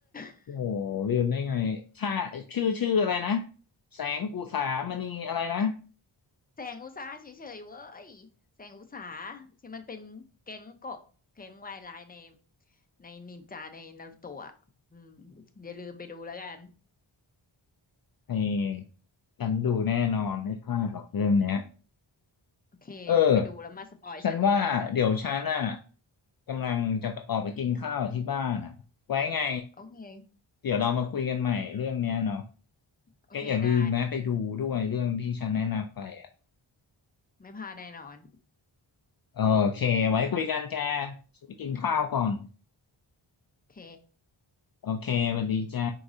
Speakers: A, on the left; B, on the left.
A: อ
B: โอ้โหลืมได้ไงค่าชื่อชื่ออะไรนะแสงอุสามณีอะไรนะ
A: แสงอุตสาหะเฉยๆเว้ยแสงอุตสาหะที่มันเป็นแก๊งเกาะแก๊งวายร้ายในในนินจาในนารูโตะอะอืมอย่าลืมไปดูแล้วกัน
B: เออฉันดูแน่นอนไม่พลาดหรอกเรื่องเนี้ย
A: โอเคไปดูแล้วมาสปอยฉันดูด้วย
B: เออฉันว่าเดี๋ยวฉันน่ะกำลังจะออกไปกินข้าวที่บ้านอ่ะไว้ไง
A: โอเค
B: เดี๋ยวเรามาคุยกันใหม่เรื่องเนี้ยเนาะ
A: โอเคได้
B: แกอย่าลืมนะไปดูด้วยเรื่องที่ฉันแนะนำไปอ่ะ
A: ไม่พลาดแน่นอน
B: โอเคไว้คุยกันแกฉันไปกินข้าวก่อน
A: โอเค
B: โอเคสวัสดีจ้า